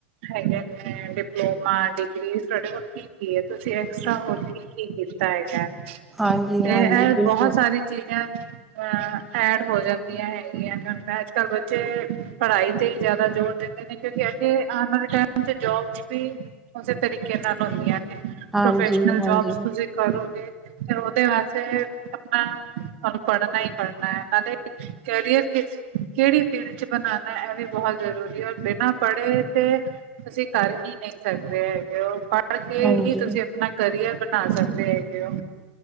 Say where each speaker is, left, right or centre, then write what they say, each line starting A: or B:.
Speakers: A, on the right (about 70°); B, in the centre.
A: ਹੈਗੇ ਨੇ ਡਿਪਲੋਮਾ ਡਿਗਰੀ ਤੁਹਾਡੇ ਕੋਲ ਕੀ ਕੀ ਹੈ ਤੁਸੀਂ ਹੋਰ ਕੀ ਕੀ ਕੀਤਾ ਹੈਗਾ
B: ਹਾਂਜੀ
A: ਤੇ
B: ਹਾਂਜੀ
A: ਇਹ
B: ਬਿਲਕੁਲ
A: ਬਹੁਤ ਸਾਰੀ ਚੀਜ਼ਾਂ ਅਹ ਐਡ ਹੋ ਜਾਂਦੀਆਂ ਹੈਗੀਆਂ ਨੇ ਅੱਜ ਕੱਲ ਬੱਚੇ ਪੜ੍ਹਾਈ ਤੇ ਹੀ ਜ਼ਿਆਦਾ ਜੋਰ ਦੇ ਨੇ ਕਿਉਂਕਿ ਅਗੇ ਆਉਣ ਵਾਲੇ ਟੈਮ ਚ ਜੋਬਸ ਵੀ ਉਸੇ ਤਰੀਕੇ ਨਾਲ ਹੁੰਦੀਆਂ ਨੇ
B: ਹਾਂਜੀ
A: ਪ੍ਰੋਫੈਸ਼ਨਲ
B: ਹਾਂਜੀ
A: ਜੋਬ ਤੁਸੀਂ ਕਰੋਗੇ ਫੇਰ ਉਹਦੇ ਵੈਸੇ ਆਪਣਾ ਤੁਹਾਨੂੰ ਪੜ੍ਹਨਾ ਈ ਪੜ੍ਹਨਾ ਏ ਨਾਲੇ ਕਰੀਅਰ ਵਿਚ ਕੇੜੀ ਫੀਲਡ ਚ ਬਨਾਨਾ ਇਹ ਵੀ ਬਹੁਤ ਜ਼ਰੂਰੀ ਹੈ ਔਰ ਬਿਨਾਂ ਪੜ੍ਹੇ ਤੇ ਤੁਸੀਂ ਕਰ ਹੀ ਨਹੀਂ ਸਕਦੇ ਹੈਗੇ ਉ ਪੜ ਕੇ
B: ਹਾਂਜੀ
A: ਹੀ ਤੁਸੀਂ ਆਪਣਾ ਕਰੀਅਰ ਬਣਾ ਸਕਦੇ ਹੈਗੇ ਓ।